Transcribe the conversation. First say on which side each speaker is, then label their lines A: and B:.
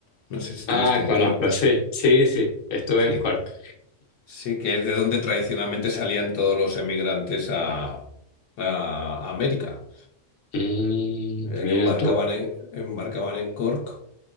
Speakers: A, on the left (about 75°); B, on the left (about 90°).
A: No sé si estuviste
B: Ah,
A: en
B: conozco,
A: Cork.
B: sí, sí, sí, estuve
A: Sí.
B: en Cork.
A: Sí, que es de donde tradicionalmente salían todos los emigrantes a, a América.
B: Mm,
A: eh,
B: mira
A: embarcaban
B: tú.
A: en, embarcaban en Cork